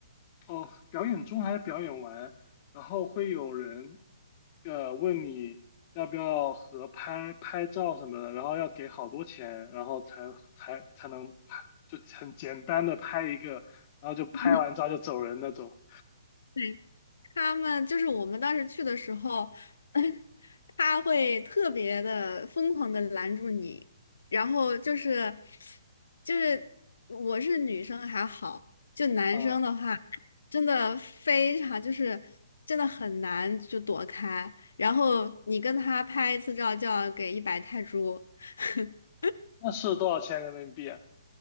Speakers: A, on the left; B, on the left.
A: 哦，表演中还是表演完，然后会有人呃问你要不要合拍拍照什么的，然后要给好多钱，然后才才才能拍，就很简单的拍一个，然后就拍完照就走人那种。
B: <laughs> 对，他们就是我们当时去的时候，<laughs> 他会特别的疯狂的拦住你，然后就是就是我是女生还好，就男生的话，
A: 哦，
B: 真的非常就是真的很难就躲开，然后你跟他拍一次照就要给一百泰铢，<laughs>
A: 那是多少钱人民币啊？